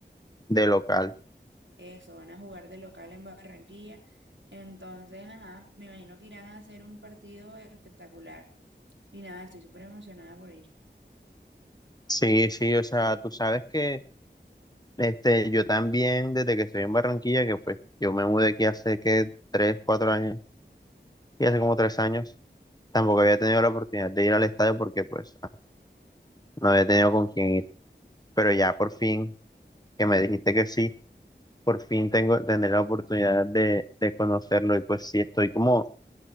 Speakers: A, on the left; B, on the right.
A: de local.
B: Eso, van a jugar de local en Barranquilla. Entonces, ajá, me imagino que irán a hacer un partido espectacular. Y nada, estoy súper emocionada por ir.
A: Sí, sí, o sea, tú sabes que este, yo también, desde que estoy en Barranquilla, que pues yo me mudé aquí hace que tres, cuatro años, y hace como tres años, tampoco había tenido la oportunidad de ir al estadio porque pues No había tenido con quién ir, pero ya por fin, que me dijiste que sí, por fin tengo, tendré la oportunidad de, de conocerlo y pues sí, estoy como,